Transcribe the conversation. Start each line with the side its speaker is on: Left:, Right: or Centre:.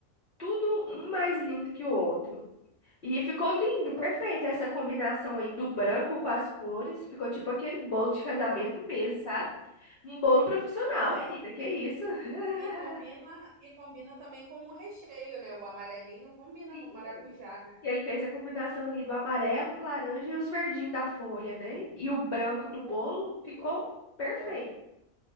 Left: tudo um mais lindo que o outro. E ficou lindo,
Right: é.
Left: perfeito essa combinação aí do branco com as cores. Ficou tipo aquele bolo de casamento mesmo, sabe? Um bolo profissional,
Right: Pois é,
Left: menina, que isso? <laughs>
Right: E combina, e combina também com o recheio, né? O amarelinho combina
Left: Sim,
Right: com o maracujá, né?
Left: Ele fez a combinação ali do amarelo com laranja e os verdinhos da folha, né? E o branco
Right: Ficou
Left: do bolo
Right: muito
Left: ficou
Right: bom.
Left: perfeito.
Right: É.